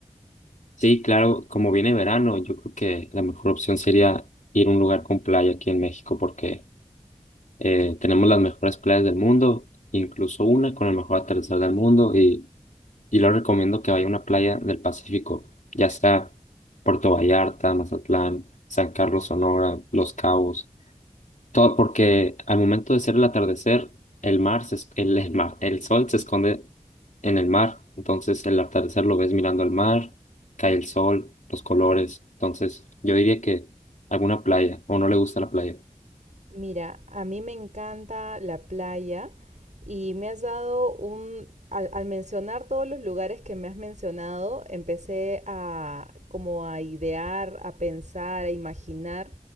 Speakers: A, on the left (about 80°); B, on the right (about 70°).
A: Sí, claro, como viene verano, yo creo que la mejor opción sería ir a un lugar con playa aquí en México porque eh, tenemos las mejores playas del mundo, incluso una con el mejor atardecer del mundo y, y lo recomiendo que vaya a una playa del Pacífico, ya sea Puerto Vallarta, Mazatlán, San Carlos, Sonora, Los Cabos. Todo, porque al momento de ser el atardecer, el mar se es- el, el mar, el sol se esconde en el mar. Entonces el atardecer lo ves mirando al mar, cae el sol, los colores. Entonces yo diría que alguna playa, o no le gusta la playa.
B: Mira, a mí me encanta la playa y me has dado un, al, al mencionar todos los lugares que me has mencionado, empecé a como a idear, a pensar, a imaginar